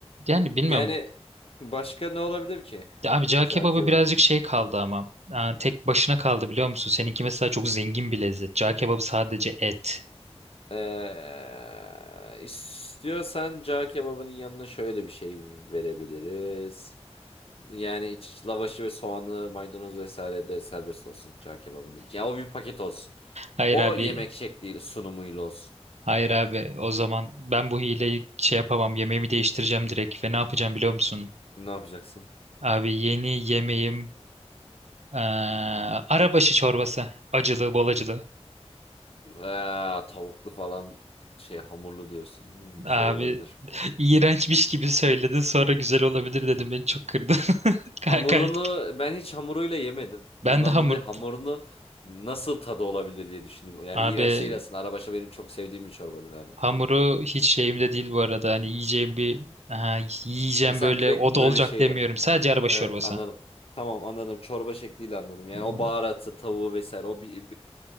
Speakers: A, on the right; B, on the left.
A: Yani bilmiyorum.
B: Yani başka ne olabilir ki?
A: Ya Abi cağ
B: Cağ
A: kebabı
B: kebabı.
A: birazcık şey kaldı ama. Aa, tek başına kaldı biliyor musun? Seninki mesela çok zengin bir lezzet. Cağ kebabı sadece et.
B: Ee, istiyorsan cağ kebabının yanına şöyle bir şey verebiliriz. Yani iç lavaşı ve soğanlı maydanoz vesaire de serbest olsun çağ kebabının için. Ya o bir paket olsun.
A: Hayır
B: O
A: abi.
B: yemek şekliyle sunumuyla olsun.
A: Hayır abi. O zaman ben bu hileyi şey yapamam. Yemeğimi değiştireceğim direkt. Ve ne yapacağım biliyor musun?
B: Ne yapacaksın?
A: Abi yeni yemeğim eee arabaşı çorbası. Acılı, bol acılı.
B: Ee, tavuklu falan şey hamurlu diyorsun. Hmm, güzel
A: Abi
B: olabilir.
A: <laughs> iğrençmiş gibi söyledin. Sonra güzel olabilir dedim. Beni çok kırdın. <laughs>
B: Hamurunu
A: Kay kay.
B: ben hiç hamuruyla yemedim.
A: Ben
B: Ondan
A: de hamur...
B: dolayı hamurunu nasıl tadı olabilir diye düşündüm. Yani
A: Abi
B: iğrenç değil aslında. Arabaşı benim çok sevdiğim bir çorbadır hani.
A: Hamuru hiç şeyimde değil bu arada. Hani yiyeceğim bir aha, yiyeceğim
B: Ha, sen
A: böyle
B: direkt
A: o
B: böyle
A: da olacak
B: şey
A: demiyorum. Sadece arabaşı
B: Evet
A: çorbası.
B: anladım. Tamam anladım. Çorba şekliyle anladım. Yani
A: Hı
B: o
A: hı.
B: baharatı, tavuğu vesaire o bir,